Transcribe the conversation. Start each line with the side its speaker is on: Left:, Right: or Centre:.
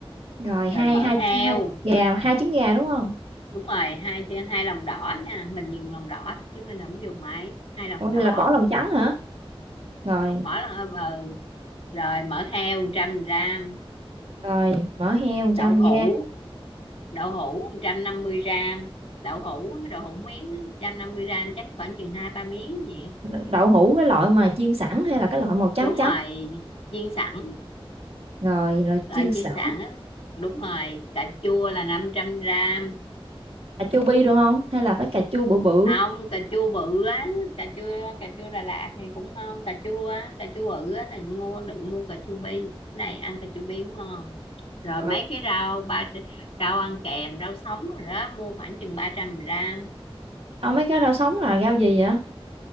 Right: Rồi hai
Left: rồi mỡ
Right: hai hai
Left: heo
Right: trứng gà, hai trứng gà đúng không?
Left: đúng rồi hai hai lòng đỏ nha mình dùng lòng đỏ thôi chứ mình không dùng máy hai lòng
Right: Ủa
Left: đỏ
Right: vậy là bỏ lòng trắng hả? Rồi,
Left: bỏ lon ừ. rồi mỡ heo 100 gram
Right: rồi, mỡ heo một
Left: đậu
Right: trăm
Left: hũ
Right: g
Left: đậu hũ 150 gram đậu hũ đậu hũ miếng á, 150 gram chắc khoảng chừng hai ba miếng vậy
Right: đậu hũ cái loại mà chiên sẵn hay là cái loại màu trắng
Left: đúng
Right: trắng
Left: rồi chiên sẵn
Right: rồi là
Left: loại
Right: chiên sẵn
Left: chiên sẵn á đúng rồi cà chua là 500 gram
Right: cà chua bi được không hay là phải cà chua bự bự
Left: không cà chua bự á cà chua cà chua Đà Lạt thì cũng ngon cà chua á cà chua bự á đừng mua đừng mua cà chua bi Cái này ăn cà chua bi cũng ngon rồi
Right: rồi
Left: mấy cái rau ba rau ăn kèm rau sống rồi đó mua khoảng chừng ba trăm gram
Right: tao mấy cái rau sống là rau gì vậy